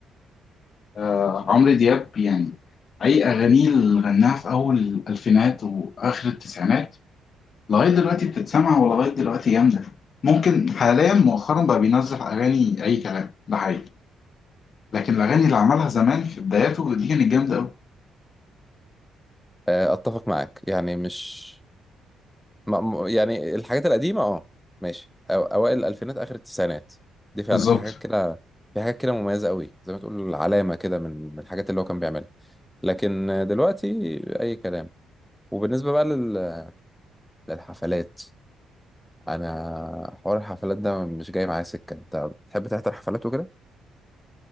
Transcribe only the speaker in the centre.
آه، اتفق معاك يعني مش ما... م- يعني الحاجات القديمه اه ماشي أو... اوائل الالفينات اخر التسعينات دي فعلا
في حاجات كده في حاجات كده مميزه قوي زي ما تقول علامه كده من من الحاجات اللي هو كان بيعملها لكن آه، دلوقتي اي كلام وبالنسبه بقى لل... للحفلات انا حوار الحفلات ده مش جاي معايا سكه انت بتحب تحضر حفلات وكده